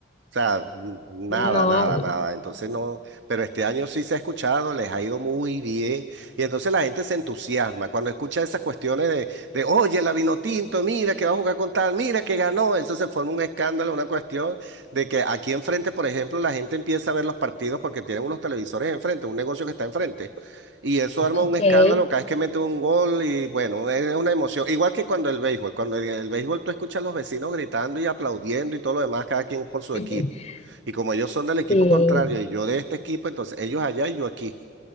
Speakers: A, on the right (about 70°); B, on the left (about 30°).
A: O sea, n- nada,
B: No,
A: nada, nada. Entonces no, pero este año sí se ha escuchado, les ha ido muy bien. Y entonces la gente se entusiasma cuando escucha esas cuestiones de, de oye, la Vinotinto, mira que va a jugar con tal, mira que ganó. Eso se forma un escándalo, una cuestión de que aquí enfrente, por ejemplo, la gente empieza a ver los partidos porque tienen unos televisores enfrente, un negocio que está enfrente. Y eso arma
B: ok.
A: un escándalo cada vez que mete un gol y bueno, es una emoción. Igual que cuando el béisbol, cuando en el béisbol tú escuchas a los vecinos gritando y aplaudiendo y todo lo demás, cada quien por su
B: <laughs>
A: equipo. Y como ellos son del equipo
B: Sí.
A: contrario y yo de este equipo, entonces ellos allá y yo aquí.